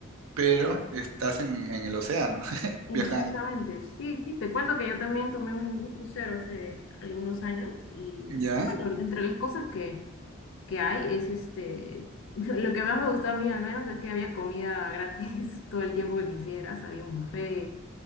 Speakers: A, on the right (about 75°); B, on the left (about 60°).
A: pero estás en, en el océano, <laughs>
B: Exactamente,
A: viajando,
B: sí, sí, te cuento que yo también tomé un, un crucero hace algunos años y,
A: ¿ya?
B: y bueno, entre las cosas que, que hay es este, <laughs> lo que más me gustó a mí al menos es que había comida gratis <laughs> todo el tiempo que quisieras, había un buffet,